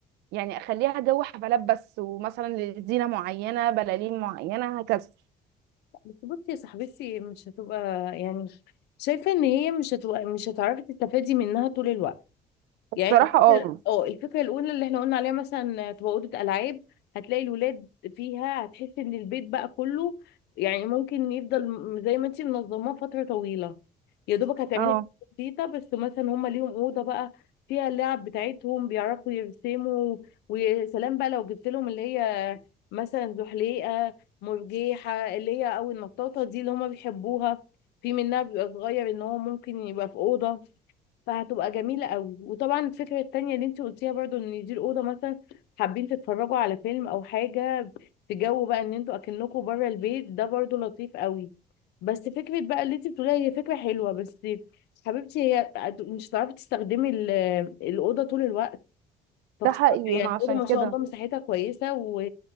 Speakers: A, on the right (about 80°); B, on the left (about 80°).
A: يعني اخليها جو حفلات بس ومثلا لزينه معينه بلالين معينه هكذا
B: بس بصي يا صاحبتي مش هتبقى يعني شايفة ان هي مش هتبقى مش هتعرفي تستفادي منها طول الوقت
A: الصراحه
B: يعني الفكرة
A: اه
B: اه الفكرة الأولى اللي احنا قلنا عليها مثلا تبقى أوضة ألعاب هتلاقي الولاد فيها هتحس إن البيت بقى كله يعني ممكن يفضل م- زي ما انتي منظماه فترة طويلة يا دوبك هتعملي
A: اه
B: حاجات بسيطة بس مثلا هما ليهم أوضة بقى فيها اللعب بتاعتهم بيعرفوا يرسموا ويا سلام بقى لو جبت لهم اللي هي مثلا زحليقة مرجيحة اللي هي أو النطاطة دي اللي هما بيحبوها في منها بيبقى صغير إن هو ممكن يبقى في أوضة فهتبقى جميلة قوي وطبعا الفكرة التانية اللي انت قلتيها برضو ان دي الأوضة مثلا حابين تتفرجوا على فيلم أو حاجة في جو بقى ان انتوا أكنكوا بره البيت ده برضو لطيف قوي بس فكرة بقى اللي انت بتقوليها هي فكرة حلوة بس حبيبتي هي هت- مش هتعرفي تستخدمي ال- الأوضة طول الوقت فخسارة
A: ده حقيقي
B: يعني
A: ما عشان
B: الأوضة ما
A: كده
B: شاء الله مساحتها كويسة و...